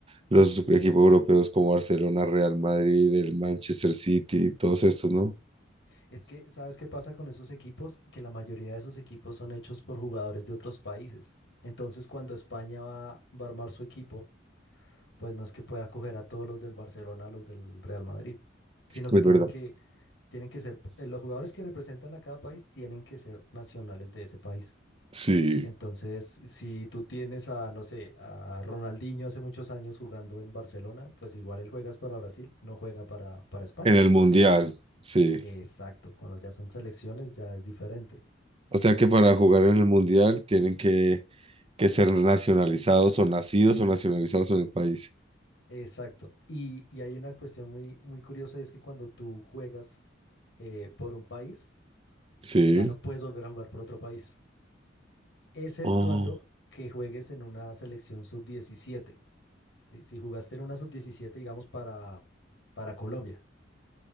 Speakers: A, on the right (about 30°); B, on the left (about 65°).
A: los equipos europeos como Barcelona, Real Madrid, el Manchester City, todos estos, ¿no?
B: es que ¿sabes qué pasa con esos equipos? Que la mayoría de esos equipos son hechos por jugadores de otros países. Entonces, cuando España va, va a armar su equipo, pues no es que pueda coger a todos los del Barcelona, a los del Real Madrid, sino que
A: Es
B: tienen
A: verdad.
B: que, tienen que ser, eh, los jugadores que representan a cada país tienen que ser nacionales de ese país.
A: Sí,
B: Entonces, si tú tienes a, no sé, a Ronaldinho hace muchos años jugando en Barcelona, pues igual él juegas para Brasil, no juega para, para España,
A: en el mundial,
B: aunque jueguen.
A: sí.
B: Exacto, cuando ya son selecciones ya es diferente.
A: O sea que para jugar en el mundial tienen que, que ser nacionalizados o nacidos o nacionalizados en el país.
B: Exacto. Y, y hay una cuestión muy, muy curiosa y es que cuando tú juegas eh, por un país,
A: Sí.
B: ya no puedes volver a jugar por otro país, exceptuando
A: Oh,
B: que juegues en una selección sub diecisiete. Si, si jugaste en una sub diecisiete, digamos, para, para Colombia